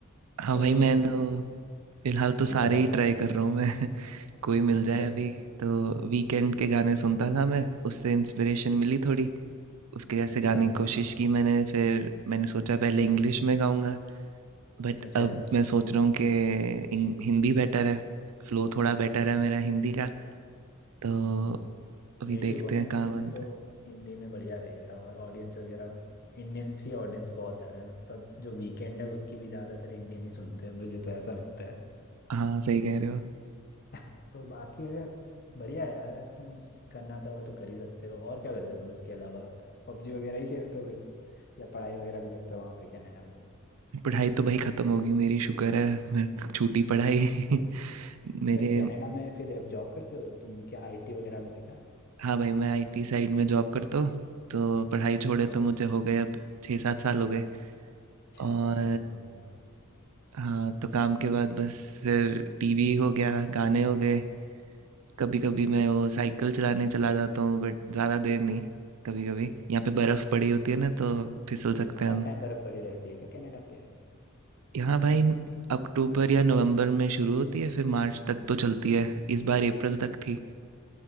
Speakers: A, on the right; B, on the left.
A: हाँ
B: तो
A: भाई मैं
B: इसमें
A: तो फिलहाल तो
B: हाँ
A: सारे
B: बताओ
A: ही
B: बताओ।
A: ट्राई कर रहा हूँ मैं <laughs> कोई मिल
B: अच्छा
A: जाए अभी तो वीकेंड के गाने सुनता था मैं उससे इंस्पिरेशन मिली थोड़ी उसके जैसे
B: अच्छा
A: गाने की कोशिश की मैंने फिर मैंने सोचा पहले इंग्लिश में गाऊंगा बट
B: अच्छा
A: अब
B: अच्छा
A: मैं सोच रहा हूँ कि इंग- हिंदी बेटर है फ्लो थोड़ा बेटर है मेरा हिंदी का तो
B: हाँ
A: अभी
B: नेटिव
A: देखते
B: हो ना
A: हैं
B: हिंदी
A: कहाँ बनता
B: में तो हिंदी में बढ़िया रहेगा और ऑडियंस वगैरह इंडियन सी ऑडियंस बहुत ज़्यादा है मतलब जो वीकेंड है उसकी भी ज़्यादातर इंडियन ही सुनते हैं मुझे तो ऐसा लगता है
A: है हाँ सही कह रहे हो
B: <laughs> तो बाकी अगर बढ़िया है यार तुम करना चाहो तो कर ही सकते हो और क्या करते हो तुम इसके अलावा पबजी वगैरह ही खेलते हो फिर या पढ़ाई वगैरह भी करते हो वहाँ पे कनाडा पे
A: पढ़ाई तो भाई ख़त्म होगी मेरी शुक्र है मेरे छूटी पढ़ाई <laughs>
B: अच्छा
A: मेरे
B: कनाडा में फिर अब जॉब करते हो तुम क्या आईटी वगैरह में थे क्या
A: हाँ भाई मैं आईटी साइड में जॉब करता हूँ तो पढ़ाई छोड़े
B: अच्छा
A: तो मुझे हो गए अब छः सात साल हो गए
B: छः
A: और
B: सात साल तो बहुत है
A: हाँ तो काम के बाद बस फिर टीवी हो गया गाने हो गए कभी कभी मैं वो साइकिल चलाने चला जाता हूँ बट ज़्यादा देर नहीं कभी कभी यहाँ पे बर्फ़ पड़ी होती है ना तो फिसल
B: अच्छा
A: सकते हैं
B: हर
A: हम
B: टाइम बर्फ़ पड़ी रहती है क्या कनाडा पे
A: यहाँ भाई न- अक्टूबर या नवंबर में शुरू होती है फिर मार्च तक तो चलती है इस बार अप्रैल तक थी